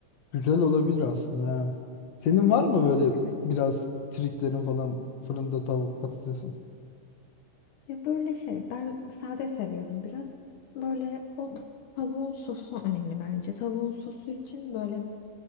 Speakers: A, on the left; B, on the left.
A: Güzel olabilir aslında ha. Senin var mı böyle
B: evet.
A: biraz triklerin falan fırında tavuk patatesin?
B: Ya böyle şey, ben sade seviyorum biraz. Böyle o tavuğun sosu önemli bence. Tavuğun sosu için böyle